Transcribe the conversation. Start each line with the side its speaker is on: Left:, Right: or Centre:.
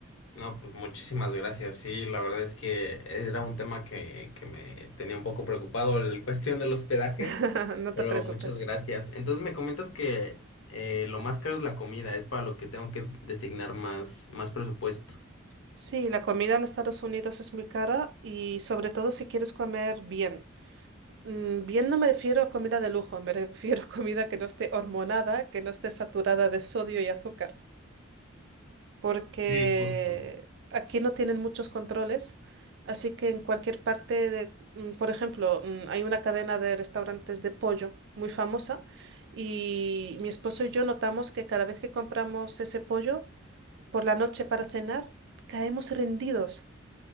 Left: No, pues muchísimas gracias. Sí, la verdad es que era un tema que, que me tenía un poco preocupado, la cuestión del hospedaje.
Right: <laughs> No
Left: Pero
Right: te preocupes.
Left: muchas gracias. Entonces me comentas que eh, lo más caro es la comida, es para lo que tengo que designar más, más presupuesto.
Right: Sí, la comida en Estados Unidos es muy cara y sobre todo si quieres comer bien. Mm, Bien no me refiero a comida de lujo, me refiero a comida que no esté hormonada, que no esté saturada de sodio y azúcar, porque
Left: Sí, justo.
Right: aquí no tienen muchos controles, así que en cualquier parte de, mm, por ejemplo, mm, hay una cadena de restaurantes de pollo muy famosa y mi esposo y yo notamos que cada vez que compramos ese pollo, por la noche para cenar, caemos rendidos.